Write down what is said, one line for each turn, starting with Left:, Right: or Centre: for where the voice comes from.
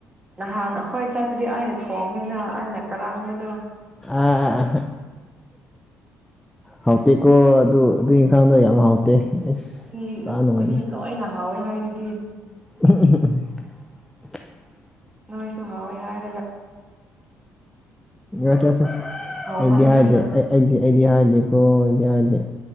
Right: ꯅꯍꯥꯟ ꯑꯩꯈꯣꯏ ꯆꯛꯄꯨꯗꯤ ꯑꯩꯅ ꯊꯣꯡꯉꯦꯅ ꯑꯩꯅ ꯀꯔꯥꯡꯕꯗꯣ
Centre: ꯑ ꯍꯥꯎꯇꯦꯀꯣ ꯑꯗꯨ ꯑꯗꯨ ꯌꯦꯟꯁꯥꯡꯗꯣ ꯌꯥꯝ ꯍꯥꯎꯇꯦ ꯏꯁ
Right: ꯃꯤ
Centre: ꯆꯥ ꯅꯨꯡꯉꯥꯏꯅꯤ
Right: ꯃꯤ ꯂꯣꯏ ꯅꯍ ꯍꯥꯎꯑꯦ ꯍꯥꯏꯗꯨꯗꯤ
Centre: ꯎꯨꯝꯍꯛ ꯎꯨꯝꯍꯛ ꯎꯨꯝꯍꯛ
Right: ꯅꯣꯏꯁꯨ ꯍꯥꯎꯣꯏ ꯍꯥꯏ
Centre: ꯑꯁꯁ
Right: ꯍꯥꯎꯃꯟꯗꯅ
Centre: ꯑꯩꯗꯤ ꯍꯥꯏꯗꯤꯦ ꯑꯩ ꯑꯩꯗꯤ ꯑꯩꯗꯤ ꯍꯥꯏꯗꯦꯀꯣ ꯑꯩꯗꯤ ꯍꯥꯏꯗꯦ